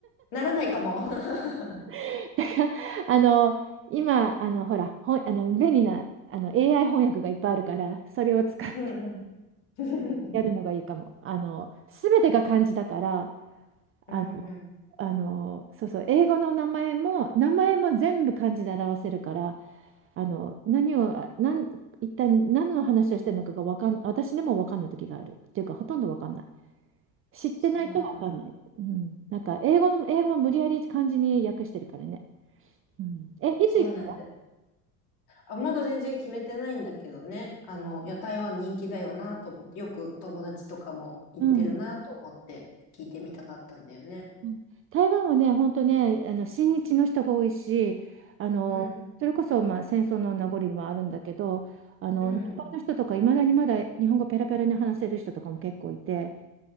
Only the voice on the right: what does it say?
<laughs> だから、あの、今、あの、ほら、ほん、あの、便利な、あの、AI 翻訳がいっぱいあるから、それを使って
やるのがいいかも。
あの、すべてが漢字だから、
あの、あの、そうそう、英語の名前も、名前も全部漢字で表せるから、あの何をあなん一体何の話をしてるのかがわかん私でも分かんない時があるっていうかほとんど分かんない知ってないと分かんない、
うん、なんか英語の英語も無理やり漢字に訳してるからね、うん、えいつ行くの、
うんうん台湾はね本当ねあの親日の人が多いしあのそれこそ、
まあ、戦争の名残ではあるんだけどあの南方の人とかいまだにまだ日本語ペラペラに話せる人とかも結構いて